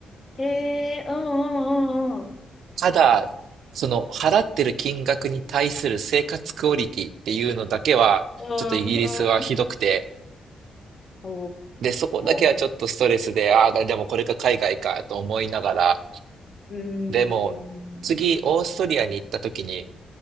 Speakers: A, on the left (about 30°); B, on the right (about 75°).
A: へえ、うんうん
B: ただ、その払ってる金額に対する生活クオリティっていうのだけは、
A: うんうん。
B: ちょっとイギリスはひどくて、
A: うん、うん。お
B: で、そこだけはちょっとストレスで、
A: ー。
B: ああ、でもこれが海外かと思いながら、
A: うーん。
B: でも次、オーストリアに行った時に、